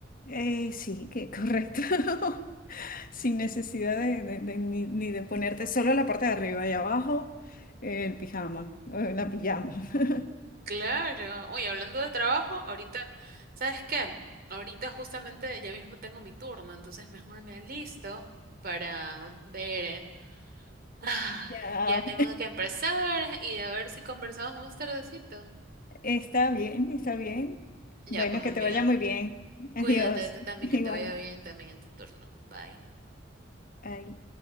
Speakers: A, on the left; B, on the right.
A: Eh, sí, que correcto. <laughs> Sin necesidad de, de- de ni, ni de ponerte solo la parte de arriba y abajo, eh, el pijama, eh, la pijama. <laughs>
B: Claro. Oye, hablando de trabajo, ahorita, ¿sabes qué? Ahorita justamente ya mismo tengo mi turno, entonces mejor me alisto para ver. eh, Ah,
A: Ya,
B: ya tengo que empezar y a ver si conversamos más tardecito.
A: <laughs> está bien, está bien.
B: Ya,
A: Bueno,
B: pues amiga,
A: que te vaya muy bien. Adiós.
B: cuídate tú también,
A: <laughs> Igual.
B: que te vaya bien también en tu turno. Bye.
A: Ay.